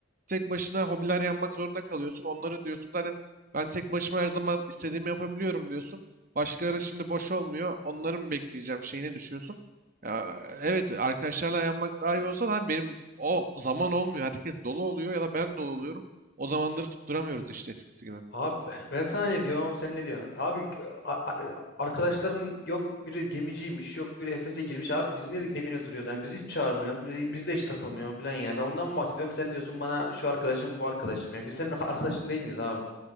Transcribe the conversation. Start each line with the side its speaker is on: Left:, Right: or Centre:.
Right: Tek başına hobiler yapmak zorunda kalıyorsun. Onları diyorsun zaten ben tek başıma her zaman istediğimi yapabiliyorum diyorsun. Başkaları şimdi boş olmuyor. Onları mı bekleyeceğim şeyine düşüyorsun. Ya, evet arkadaşlarla yanmak daha iyi olsa da abi benim o zaman olmuyor. Herkes dolu oluyor ya da ben dolu oluyorum. O zamanları tutturamıyoruz işte eskisi gibi.
Left: Abi ben sana ne diyorum sen ne diyorsun? Abi a- a- arkadaşların yok biri gemiciymiş yok biri Efes'e girmiş abi biz niye ne güne duruyoruz? Yani bizi hiç çağırmıyorsun bizi- bizle hiç takılmıyorsun falan ya. Ben ondan mı bahsediyorum sen diyorsun bana şu arkadaşım bu arkadaşım ya. Biz senin arkadaşın değil miyiz abi?